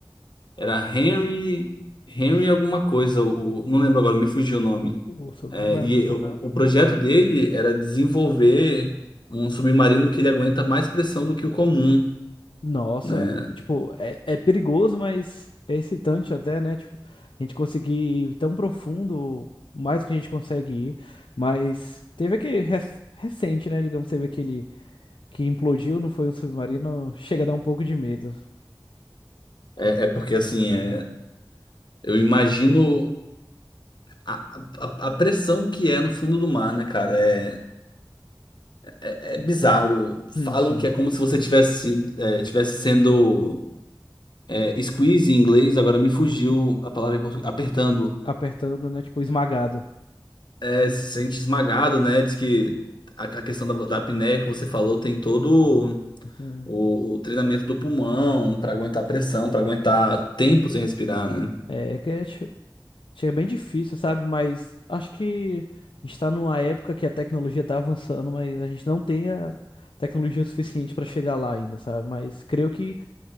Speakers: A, on the left (about 65°); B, on the left (about 85°).
A: Era Henry, Henry alguma coisa, o, não lembro agora, me fugiu o nome.
B: O sobrenome.
A: É, e
B: é-
A: o, o projeto dele era desenvolver um submarino que ele aguenta mais pressão do que o comum,
B: Nossa,
A: né?
B: tipo, é, é perigoso, mas é excitante até, né? Tipo, a gente conseguir ir tão profundo, mais do que a gente consegue ir. Mas teve aquele rec- recente, né? Digamos, teve aquele que implodiu, não foi um submarino, chega a dar um pouco de medo.
A: É, é porque assim, é, eu imagino a, a, a pressão que é no fundo do mar, né, cara? É, é, é bizarro. Falam
B: Sim, sim.
A: que é como se você tivesse, sido- é, tivesse sendo é, squeeze em inglês, agora me fugiu a palavra em português, apertando.
B: Apertando, né? Tipo, esmagado.
A: É, se sente esmagado, né? Diz que a, a questão da, da apneia que você falou tem todo.
B: Hum.
A: o, o treinamento do pulmão para aguentar pressão, para aguentar tempo sem respirar, né?
B: É, é que é che- chega bem difícil, sabe? Mas acho que a gente está numa época que a tecnologia está avançando, mas a gente não tem a tecnologia suficiente para chegar lá ainda, sabe? Mas creio que,